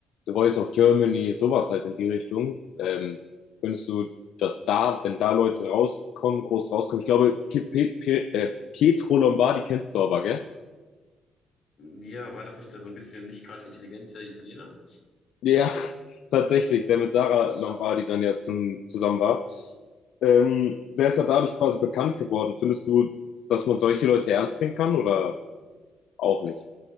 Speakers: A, on the left; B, on the left.
A: The Voice of Germany, sowas halt in die Richtung? Ähm, findest du, dass da, wenn da Leute rauskommen, groß rauskommen? Ich glaube, P P P äh, Pietro Lombardi kennst du aber, gell?
B: Ja, war das nicht der so ein bisschen nicht gerade intelligente Italiener?
A: Ja, <laughs> tatsächlich, der mit Sarah
B: Ja,
A: Lombardi dann ja zum, zusammen war. Ähm, der ist ja dadurch quasi bekannt geworden. Findest du, dass man solche Leute ernst nehmen kann oder auch nicht?